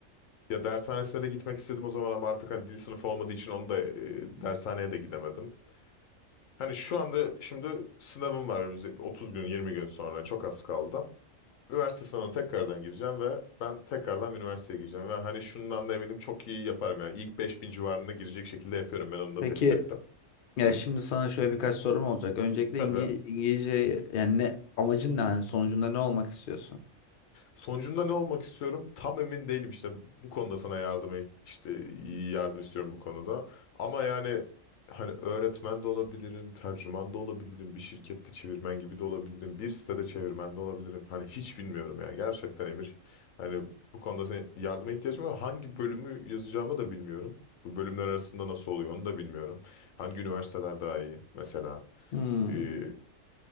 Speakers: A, on the left (about 75°); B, on the left (about 60°).
A: Ya dershanesine de gitmek istedim o zaman ama artık hani dil sınıfı olmadığı için onu da e, dershaneye de gidemedim. Hani şu anda şimdi sınavım var önümüzde 30 gün 20 gün sonra çok az kaldı Üniversite sınavına tekrardan gireceğim ve ben tekrardan bir üniversiteye gireceğim. Ve hani şundan da eminim çok iyi yaparım yani. İlk 5000 civarında girecek şekilde yapıyorum. Ben onu da
B: peki
A: test ettim.
B: ya
A: Hı,
B: şimdi sana şöyle birkaç sorum olacak. Öncelikle
A: tabii.
B: İngi- İngilizce yani ne amacın ne hani sonucunda ne olmak istiyorsun?
A: Sonucunda ne olmak istiyorum? Tam emin değilim işte bu konuda sana yardım işte iyi yardım istiyorum bu konuda. Ama yani hani öğretmen de olabilirim, tercüman da olabilirim, bir şirkette çevirmen gibi de olabilirim, bir sitede çevirmen de olabilirim. Hani hiç bilmiyorum yani gerçekten Emir. Hani bu konuda senin yardıma ihtiyacım var. Hangi bölümü yazacağımı da bilmiyorum. Bu bölümler arasında nasıl oluyor onu da bilmiyorum. Hangi üniversiteler daha iyi mesela?
B: Hmm.
A: Ee,